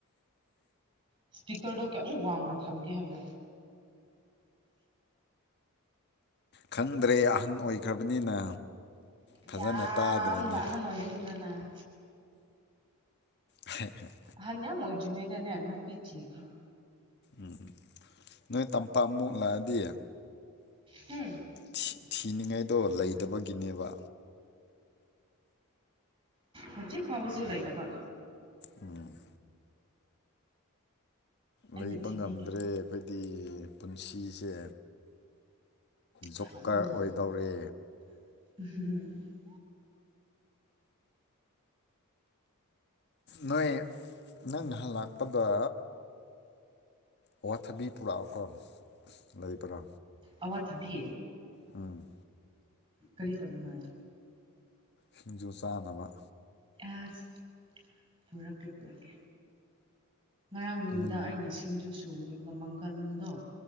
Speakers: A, on the right; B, on the left.
A: ꯏꯁꯄꯤꯀꯔꯗꯣ ꯀꯌꯥꯃꯨꯛ ꯋꯥꯡꯅ ꯊꯝꯒꯦ ꯍꯥꯏꯕ꯭ꯔꯣ
B: ꯈꯪꯗ꯭ꯔꯦ ꯑꯍꯟ ꯑꯣꯏꯈ꯭ꯔꯕꯅꯤꯅ ꯐꯖꯅ
A: ꯌꯥꯝꯅ
B: ꯇꯥꯗ꯭ꯔꯦꯅꯦ
A: ꯑꯍꯟ ꯑꯣꯏꯅꯤꯡꯕꯔ꯭ ꯅꯪ
B: <unintelligible>
A: ꯑꯍꯟ ꯌꯥꯝ ꯑꯣꯏꯗ꯭ꯔꯤꯉꯩꯗꯅꯦ ꯅꯨꯄꯤ ꯊꯤꯈꯔꯣ
B: ꯎꯝ ꯅꯣꯏ ꯇꯝꯄꯥꯛꯃꯨꯛ ꯂꯥꯛꯑꯗꯤ
A: ꯍꯨꯝ
B: ꯊꯤ ꯊꯤꯅꯤꯡꯉꯥꯏꯗꯣ ꯂꯩꯇꯕꯒꯤꯅꯦꯕ
A: ꯍꯧꯖꯤꯛ ꯐꯥꯎꯕꯁꯨ ꯂꯩꯇꯕ
B: ꯎꯝ
A: ꯑꯩꯅ
B: ꯂꯩꯕ
A: ꯊꯤꯕꯤꯒꯦ
B: ꯉꯝꯗ꯭ꯔꯦ ꯑꯈꯣꯏꯗꯤ ꯄꯨꯟꯁꯤꯁꯦ ꯖꯣꯛꯀꯔ
A: ꯌꯥꯝꯅ
B: ꯑꯣꯏꯗꯧꯔꯦ
A: <unintelligible>
B: ꯅꯣꯏ ꯅꯪ ꯅꯍꯥꯜ ꯂꯥꯛꯄꯗ ꯑꯋꯥꯊꯕꯤ ꯄꯨꯔꯛꯑꯣꯀꯣ ꯂꯩꯕ꯭ꯔꯥ
A: ꯑꯋꯥꯊꯕꯤ
B: ꯎꯝ
A: ꯀꯔꯤ ꯇꯧꯅꯤꯉꯥꯏ
B: ꯁꯤꯡꯖꯨ ꯆꯥꯅꯕ
A: ꯑꯁ ꯄꯨꯔꯛꯀꯦ ꯄꯨꯔꯛꯀꯦ ꯉꯔꯥꯡ ꯅꯨꯡꯗꯥꯡ
B: ꯃꯨꯟ
A: ꯑꯩꯅ ꯁꯤꯡꯖꯨ ꯁꯨꯕꯅꯦꯕꯀꯣ ꯃꯪꯒꯟꯗꯣ